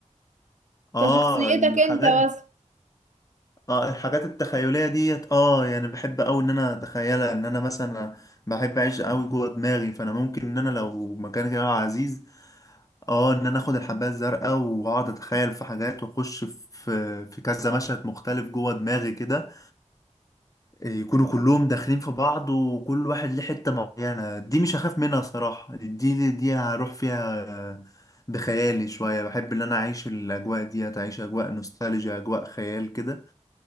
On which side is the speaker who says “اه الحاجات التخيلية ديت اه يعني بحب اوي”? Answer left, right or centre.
Left